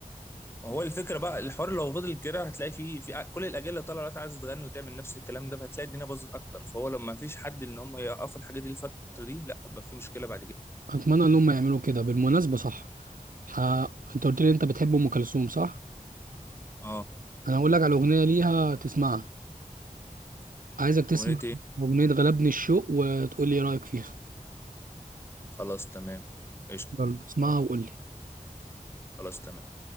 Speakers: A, on the left (about 15°); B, on the right (about 75°).
A: هو الفكره بقى الحوار لو فضل كده هتلاقي فيه في كل الاجيال اللي طالعه دلوقتي عايزه تغني وتعمل نفس الكلام ده فهتلاقي الدنيا باظت اكتر فهو لما مفيش حد ان هم يوقفوا الحاجه دي الفتره دي لا بقى في مشكله بعد كده
B: أتمنى إن هم يعملوا كده بالمناسبة صح ح... أنت قلت لي أنت بتحب أم كلثوم صح؟
A: اه
B: أنا هقول لك على أغنية ليها تسمعها عايزك تسمع
A: اغنيه ايه
B: أغنية غلبني الشوق وتقول لي إيه رأيك فيها
A: خلاص تمام قشطه
B: يلا اسمعها وقول لي
A: خلاص تمام